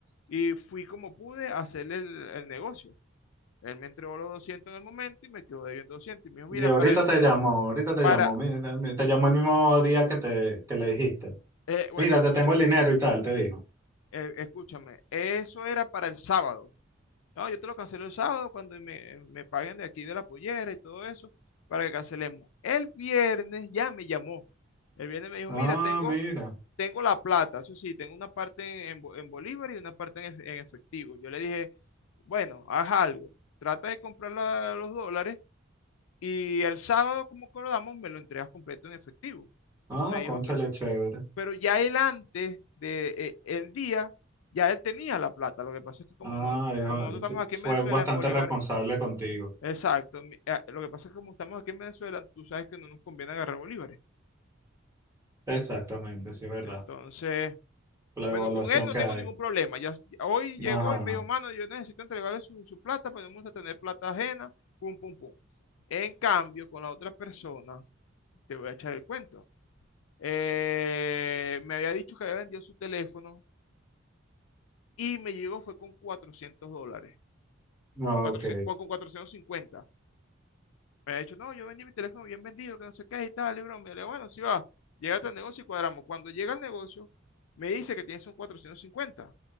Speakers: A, on the left; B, on the right.
A: y fui como pude a hacer el el negocio. Él me entregó los 200 en el momento y me quedó debiendo doscientos Y me dijo,
B: Y
A: mira,
B: ahorita
A: para el,
B: te llamó, ahorita te
A: para,
B: llamó, mira, te llamó el mismo día que te, que le dijiste.
A: eh, bueno,
B: Mira,
A: escúchame,
B: te tengo el dinero y tal, te digo.
A: eh, escúchame, eso era para el sábado. No, yo te lo cancelo el sábado cuando me, me paguen de aquí de la pollera y todo eso, para que cancelemos. El viernes ya me llamó. El viernes me dijo,
B: Ah,
A: mira, tengo,
B: mira.
A: tengo la plata, eso sí, tengo una parte en, en bolívar y una parte en, en efectivo. Yo le dije, bueno, haz algo, trata de comprar la- los dólares Y el sábado, como acordamos, me lo entregas completo en efectivo.
B: Ah,
A: Me dijo
B: cónchale,
A: que,
B: chévere.
A: pero ya él antes del de eh, el día, ya él tenía la plata. Lo que pasa es que como,
B: Ah,
A: no,
B: es-
A: como nosotros
B: t-
A: estamos aquí en
B: fue
A: Venezuela,
B: bastante
A: en bolívares,
B: responsable contigo.
A: exacto. mi- eh, Lo que pasa es que como estamos aquí en Venezuela, tú sabes que no nos conviene agarrar bolívares.
B: Exactamente, sí, es verdad.
A: Entonces,
B: La
A: bueno,
B: evaluación
A: con él no
B: que
A: tengo
B: hay.
A: ningún problema. Ya, ya hoy llegó
B: Ajá,
A: y me dijo, mano, yo necesito entregarle su, su plata, pero no me gusta tener plata ajena, pum, pum, pum. En cambio, con la otra persona, te voy a echar el cuento. Eh, me había dicho que había vendido su teléfono y me llegó fue con 400 dólares,
B: no,
A: 400
B: ok.
A: con 450. Me había dicho, no, yo vendí mi teléfono bien vendido, que no sé qué y tal, y broma. Me dijo, bueno, sí va, llega al negocio y cuadramos. Cuando llega al negocio, me dice que tienes un 450.